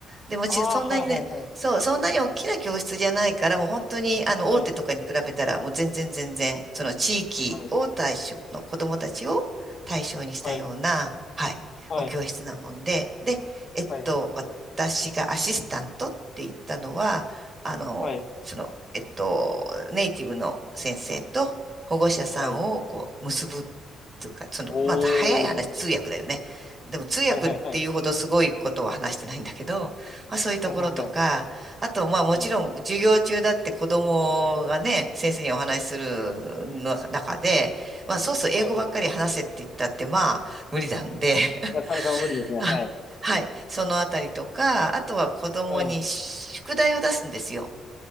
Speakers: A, on the right (about 35°); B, on the left (about 50°).
A: でもち、
B: ああはいはいはい。
A: そんなにね、そう、そんなに大きな教室じゃないから、もう本当に、あの、
B: はい。
A: 大手とかに比べたら、もう全然全然、その地域を対象の子供たちを対象にしたような、
B: はい。はい。
A: はい、
B: は
A: お教室なもんで、で、えっと、
B: い。
A: 私がアシスタントって言ったのは、あの、
B: はい。
A: その、えっと、ネイティブの先生と、保護者さんをこう結ぶ
B: はい。
A: というか、その、
B: おー。
A: まあ、早い話、通訳だよね。でも通訳っていうほどすごいことは話してないんだけど、
B: はいはいはい。
A: まあ、そういうところとか、
B: はいはいはい。
A: あと、まあもちろん授業中だって子供がね、
B: うん
A: 先生にお話しするの中で、まあそうそう英語ばっかり話せって言ったってまあ無理なんで、
B: はい。なかなか無理ですね。
A: <laughs> あはい、
B: はい。
A: そのあたりとか、あとは子供に宿題を出すんですよ。
B: はい。